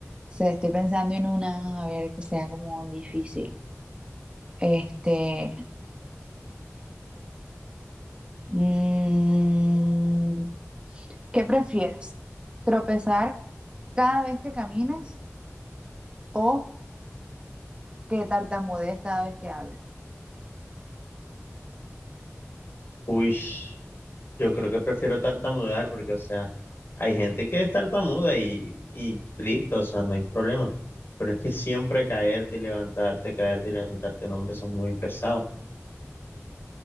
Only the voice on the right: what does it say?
Se, estoy pensando en una, a ver, que sea como difícil. Este, mm, ¿qué prefieres? ¿Tropezar cada vez que camines o que tartamudees cada vez que hablas?